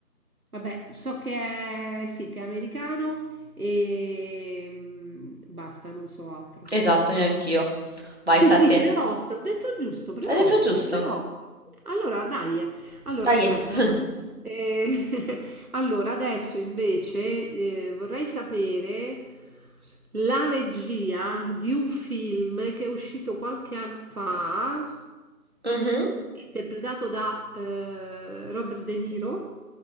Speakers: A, on the right; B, on the right.
A: Vabbè, so che è sì, che è americano e, mhmm, basta, non so altro.
B: Esatto, neanch'io. Vai,
A: Sì,
B: sta
A: sì,
B: a te.
A: Prevost, ho detto giusto, Prevost,
B: Hai detto giusto.
A: Prevost. Allora, dai, eh. allora
B: Dai.
A: aspetta.
B: eh. <laughs>
A: eh. Eh, <laughs> allora, adesso invece eh, vorrei sapere la regia di un film che è uscito qualche anno fa,
B: Mhm.
A: interpretato da eh, Robert De Niro,